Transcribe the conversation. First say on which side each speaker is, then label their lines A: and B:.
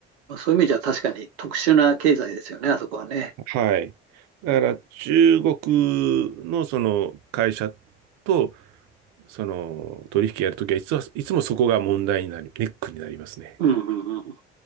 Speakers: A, on the right; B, on the right.
A: そういう意味じゃ確かに特殊な経済ですよね、あそこはね。
B: はい。だから、
A: うん、
B: 中国のその会社と、その取引やるときはいつは、いつもそこが問題になり、ネックになりますね。
A: うんうんうん。